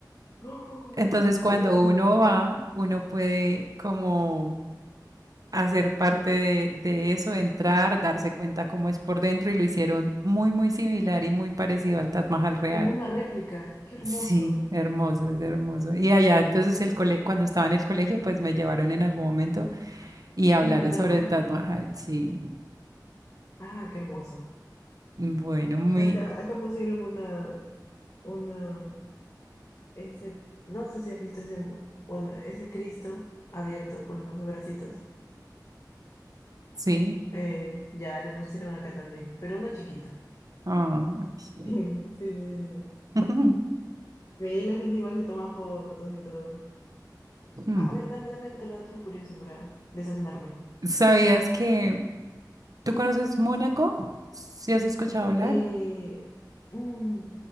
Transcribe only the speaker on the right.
Entonces, cuando
uno va, uno puede como hacer parte de, de eso, entrar, darse cuenta cómo es por dentro y lo hicieron muy, muy similar y muy parecido al Taj Mahal real.
Sí, hermoso, es hermoso. Y allá, entonces, el cole- cuando estaba en el colegio, pues me llevaron en algún momento y hablaron
sobre
el Taj Mahal, sí.
Bueno, muy,
sí.
Ah, sí.
Ujú.
Ujú.
<laughs> ¿Sabías que tú conoces Mónaco? ¿Sí has escuchado hablar?